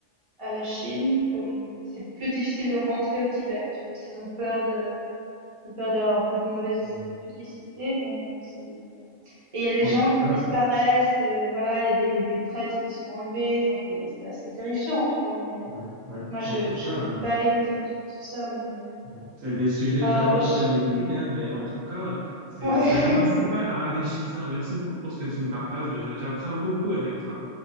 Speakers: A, on the right (about 30°); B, on the right (about 80°).
A: à la Chine, comme c'est plus difficile de rentrer au Tibet, tu vois, parce qu'ils ont peur de ils ont peur d'avoir un peu de mauvaise
B: ouais.
A: publicité, bon, même si... Et il y a des
B: En
A: gens
B: tout
A: qui
B: cas,
A: disparaissent, euh, voilà, il y a des, il y a des prêtres qui sont enlevés, enfin, c'est, c'est assez terrifiant, tu vois, mais
B: ouais, ouais.
A: moi, je,
B: En tout
A: je
B: cas,
A: connais pas
B: euh,
A: l'étendue de tout ça, mais...
B: ouais. C'est des sujets
A: Ah,
B: vraiment
A: bah, je...
B: polémiques, hein, mais en tout cas, c'est,
A: ouais,
B: c'est vraiment super enrichissant. Merci beaucoup pour ce que tu me partages. là. J'apprends beaucoup avec toi.